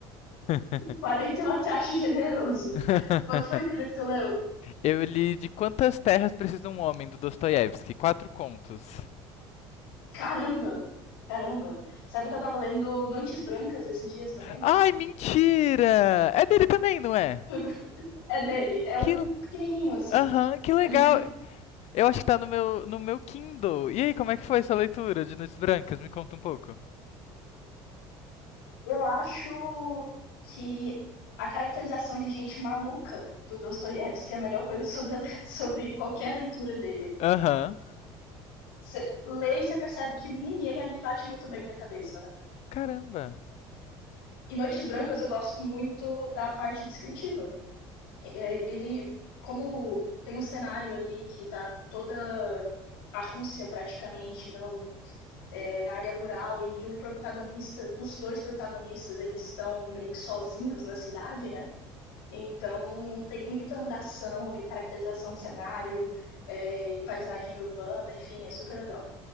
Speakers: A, on the left (about 60°); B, on the left (about 85°).
A: <laughs>
B: quarenta e uma taxa generoso.
A: <laughs>
B: Qual que foi o livro que tu leu?
A: Eu li De Quantas Terras Precisa um Homem, do Dostoiévski. Quatro contos.
B: Caramba! Caramba! Sabe que eu tava lendo Noites Brancas esses dias também?
A: Ai, mentira! É dele também, não é?
B: <laughs> É dele. É
A: Que...
B: um pequenininho, assim.
A: Aham, que legal!
B: É um livro de
A: Eu acho que tá no meu, no meu Kindle. E aí, como é que foi sua leitura de Noites Brancas? Me conta um pouco.
B: Eu acho que a caracterização de gente maluca do Dostoiévski é a melhor coisa sobre, <laughs> sobre qualquer leitura dele.
A: Aham. <laughs> Uhum.
B: Você lê e você percebe que ninguém ali bate muito bem da cabeça, né?
A: Caramba.
B: E Noites Brancas eu gosto muito da parte descritiva. É, Ele, como tem um cenário ali que tá toda a Rússia praticamente no- é, na área rural e o protagonista, os dois protagonistas, eles estão meio que sozinhos na cidade, né? Então, tem muita andação e caracterização de cenário, é, paisagem urbana, enfim, é super legal.